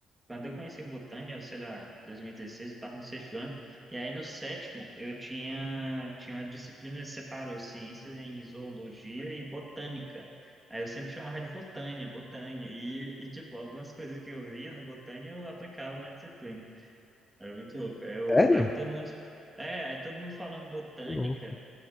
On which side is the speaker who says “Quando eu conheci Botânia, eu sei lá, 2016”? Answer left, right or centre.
Right